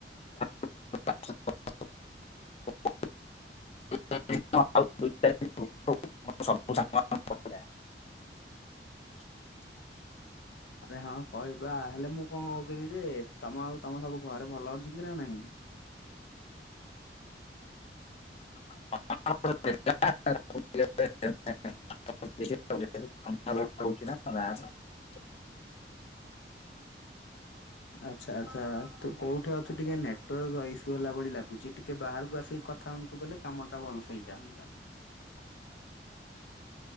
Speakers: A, on the left; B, on the left.
A: <unintelligible> <unintelligible>
B: ଆରେ ହଁ କହିବା ହେଲେ ମୁଁ କଣ କହୁଥିଲି ଯେ ତମ ଆଉ ତମ ସବୁ ଘରେ ଭଲ ଅ ଅଛନ୍ତି ନା ନାଇଁ?
A: <unintelligible> <unintelligible>
B: ଆଚ୍ଛା ଆଚ୍ଛା ତୁ କୋଉଠି ଅଛୁ ଟିକେ ନେଟୱାର୍କ ଇସ୍ୟୁ ହେଲା ଭଳି ଲାଗୁଚି ଟିକେ ବାହାରକୁ ଆସିକି କଥା ହୁଅନ୍ତୁ ବଲେ କାମ ଟା ଭଲସେ ହେଇଯାନ୍ତା।
A: <inaudible>